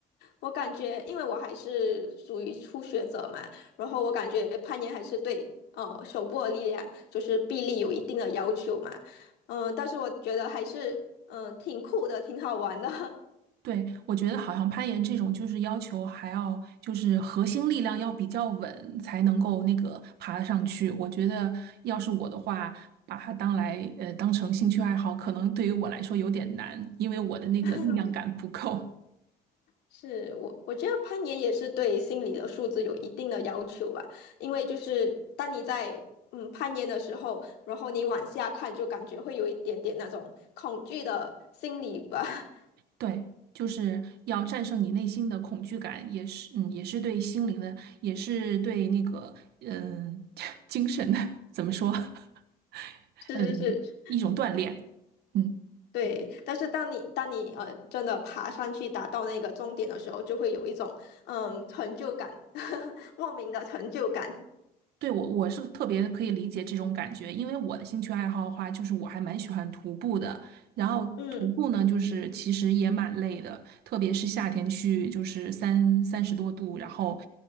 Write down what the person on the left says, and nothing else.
我感觉，因为我还是属于初学者嘛，然后我感觉攀岩还是对呃手部的力量，就是臂力有一定的要求嘛。嗯、但是我觉得还是嗯、呃挺酷的，挺好玩的。
<laughs> 是我，我觉得攀岩也是对心理的素质有一定的要求吧，因为就是当你在嗯攀岩的时候，然后你往下看，就感觉会有一点点那种恐惧的心理吧。
<laughs>
是是是，
对。但是当你当你呃真的爬上去达到那个终点的时候，就会有一种嗯成就感，<laughs> 莫名的成就感。
嗯，